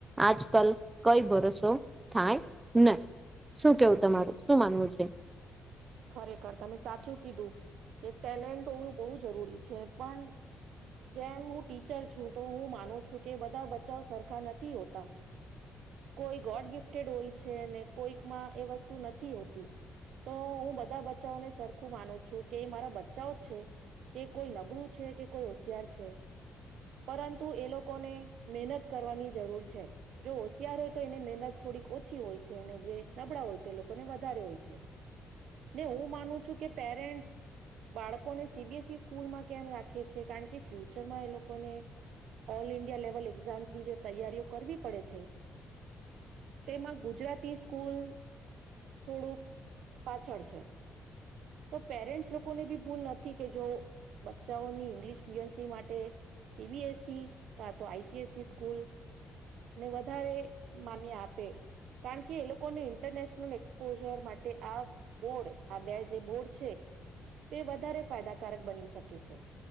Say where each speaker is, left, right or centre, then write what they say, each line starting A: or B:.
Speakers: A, on the right (about 15°); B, on the right (about 80°).
A: આજકાલ કઈ ભરોસો થાય નહી શું કેવું તમારું? શું માનવું છે?
B: ખરેખર તમે સાચું કીધું. કે ટેલેન્ટ હોવું બહુ જરૂરી છે પણ જેમ હું ટીચર છું તો હું માનું છું કે બધા બચ્ચાઓ સરખા નથી હોતા. કોઈ ગોડ ગિફ્ટેડ હોય છે ને કોઈકમાં એ વસ્તુ નથી હોતી, તો હું બધા બચ્ચાઓને સરખું માનું છું કે એ મારા બચ્ચાઓ જ છે, કે કોઈ નબળું છે કે કોઈ હોશિયાર છે, પરંતુ એ લોકોને મહેનત કરવાની જરૂર છે, જો ત્યારે તો એને મહેનત થોડીક ઓછી હોય છે અને જે નબળા હોય તે લોકોને વધારે હોય છે ને હું માનું છું કે પેરેન્ટ્સ બાળકોને સી બી એસ ઇ સ્કૂલમાં કેમ રાખે છે કારણ કે ફ્યુચરમાં એ લોકોને ઓલ ઇન્ડિયા લેવલ એક્ઝામ્સની જે તૈયારીઓ કરવી પડે છે તેમાં ગુજરાતી સ્કૂલ થોડુંક પાછળ છે. તો પેરેન્ટ્સ લોકોને બી ભૂલ નથી કે, જો બચ્ચાઓની ઇંગ્લિશ ફ્લુએન્સી માટે સી બી એસ ઇ કા તો I C S C school ને વધારે માન્ય આપે કારણ કે, એ લોકોને ઇન્ટરનેશનલ એક્સપોજર માટે આ બોર્ડ આ બે તે બોર્ડ છે તે વધારે ફાયદાકાર બની શકે છે.